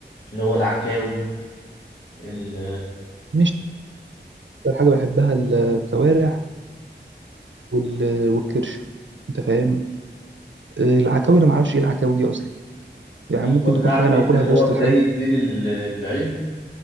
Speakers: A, on the left; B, on the right.
A: اللي هو العكاوي ال...
B: مش اكتر حاجه بحبها الكوارع وال... والكرش انت فاهم آه، العكاوي انا ما اعرفش ايه العكاوي دي اصلا يعني
A: العكاوي
B: ممكن تكون
A: ده عارف
B: حاجه انا
A: انت
B: باكلها
A: اللي
B: في
A: هو
B: وسط
A: بدايه
B: الحاجات
A: ديل ال- العجل